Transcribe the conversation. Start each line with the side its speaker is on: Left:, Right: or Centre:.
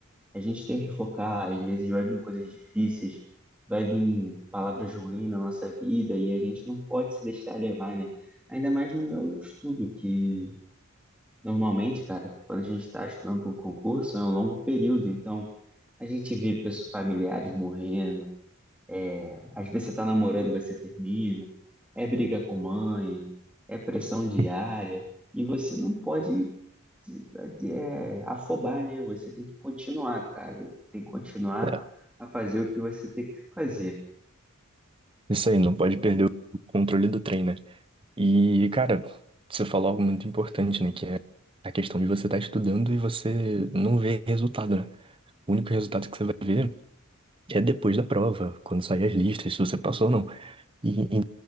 Centre: a gente tem que focar, às vezes vai vir coisas difíceis, vai vir palavras ruins na nossa vida e a gente não pode se deixar levar, né? Ainda mais no meu estudo, que normalmente, cara, quando a gente está estudando para um concurso, é um longo período, então a gente vê pessoas familiares morrendo, é, às vezes você tá namorando, você termina, é briga com mãe, é pressão diária.
Right: hum.
Centre: E você não pode de- de- é, afobar, né? Você tem que continuar, cara. Tem que continuar
Right: É,
Centre: a fazer o que você tem que fazer.
Right: isso aí, não pode perder o controle do trem, né? E, cara, você falou algo muito importante, né? Que é a questão de você estar estudando e você não ver resultado, né? O único resultado que você vai ver é depois da prova, quando sair as listas, se você passou ou não. E, e